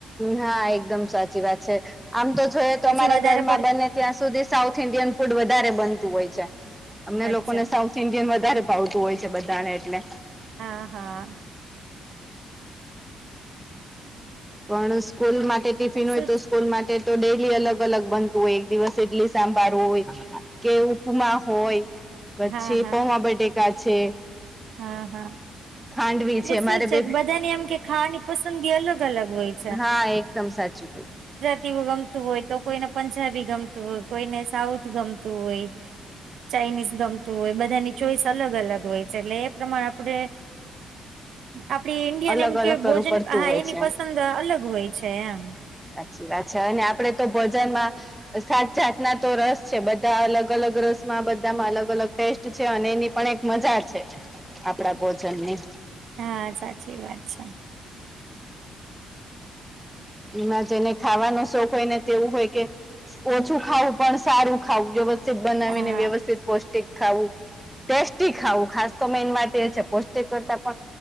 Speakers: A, in the centre; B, on the right.
A: હા એકદમ સાચી વાત છે આમ તો જોઈએ તો
B: પછી
A: અમારા
B: વધારે
A: ઘરમાં
B: પડતું
A: બંને ત્યાં સુધી સાઉથ ઇન્ડિયન ફૂડ વધારે બનતું હોય છે અમને
B: અચ્છા
A: લોકોને સાઉથ ઈન્ડિયન વધારે ભાવતું હોય છે બધાને, એટલે.
B: હા. હા.
A: પણ સ્કૂલ માટે ટિફિન
B: પણ
A: હોય
B: શું
A: તો સ્કૂલ માટે. તો ડેલી અલગ અલગ બનતું હોય, એક દિવસ ઈડલી સાંભાર હોય. કે ઉપમા હોય, પછી
B: હા હા
A: પૌંઆ-બટાકા છે.
B: હા. હા.
A: ખાંડવી
B: એટલે શું
A: મારે
B: છે,
A: બે
B: બધાની ખાવાની પસંદગી અલગ અલગ હોય.
A: હા, એકદમ. સાચુ
B: ઈમગમતું હોય તો કોઈને પંજાબી ગમતું હોય, કોઈને સાઉથ ગમતું હોય. ચાઇનીઝ ગમતું હોય, બધાની ચોઇસ અલગ અલગ હોય છે, એટલે એ પ્રમાણે આપણે. આપડું ઇન્ડિયન
A: અલગ અલગ કરવું
B: ભોજન,
A: પડતું
B: હા,
A: હોય
B: એની
A: છે
B: પસંદ અલગ હોય છે એમ.
A: સાચી વાત છે, અને આપણે તો ભોજનમાં... જાત જાતના રસ છે, બધા અલગ અલગ રસમાં, બધામાં અલગ અલગ. ટેસ્ટ છે અને એની પણ એક મજા છે, આપણા ભોજનની.
B: હા, સાચી વાત છે.
A: એમાં જેને ખાવાનો શોખ હોય ને, એવું હોય કે... ઓછું ખાવું પણ સારું ખાવું, વ્યવસ્થિત બનાવીને,
B: હા
A: વ્યવસ્થિત અને પૌષ્ટિક ખાવું. ટેસ્ટી ખાવું, ખાસ તો મેઈન વાત એ છે, પૌષ્ટિક કરતાં પણ.